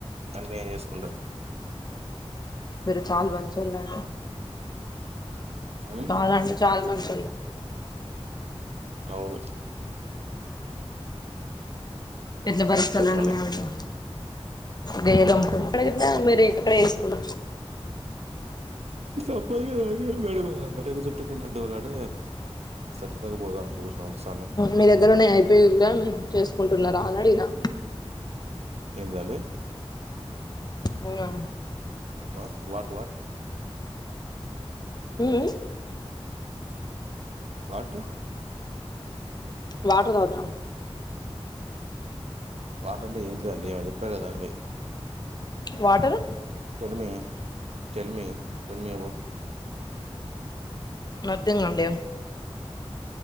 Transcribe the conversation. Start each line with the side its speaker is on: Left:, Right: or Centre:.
Right: అన్ని నేనే చేసుకుంట
Left: మీరు చాలా మంచోళ్ళండి
Right: ఉమ్,
Left: చాలా అంటే చాలా మంచోళ్లు
Right: అవును
Left: ఎట్ల బతుకుతాళ్లండి
Right: చెప్పండి
Left: మేం అట్ల బేరం ఎక్కడైనా మీరు ఇక్కడే ఎసుకున్న
Right: తప్పదు గా మెడకు చుట్కున్న డోలాట సచ్చేదాకా పొదంటారు చూసినవా అన్స్
Left: మీ దగ్గర ఉన్న ఐపోయిందా చేసుకుంటున్నారా ఆన అడిగినా
Right: ఏంటిదండి
Left: అవునా
Right: వాట్ వాట్ వాట్
Left: హ్ హు
Right: వాటు
Left: వాటర్ తాగుదురా
Right: వాటంటే ఏంటిదండి ఈమ చెప్పారు కదా అండి
Left: water
Right: tell me tell me, tell me ఆబో
Left: nothing అండి